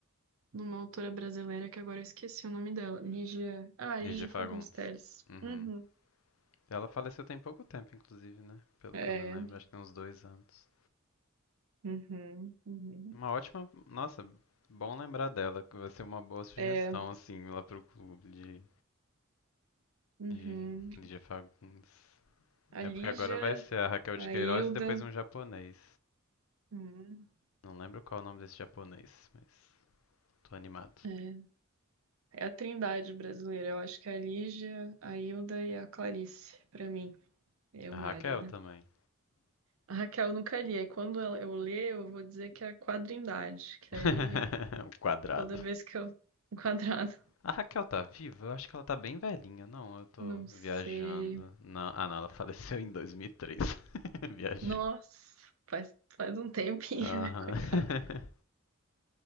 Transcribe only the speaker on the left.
<clears throat>
Lígia
Fagundes.
Uhum.
Ela faleceu tem pouco tempo, inclusive, né? Pelo
que eu me lembro, acho que tem uns dois anos.
Uma ótima. Nossa, bom lembrar dela, que vai ser uma boa sugestão,
assim, lá pro clube
E Lídia Fagundes.
É
porque agora vai ser a Raquel de
Queiroz
e depois um japonês.
Não lembro qual é o nome desse japonês, mas tô animado.
A
Raquel
também.
<laughs>
o quadrado.
A Raquel tá viva? Eu acho que ela tá bem velhinha. Não, eu tô
viajando. Não, ah, não, ela faleceu em 2003. <laughs> Viajei.
Aham.
<laughs>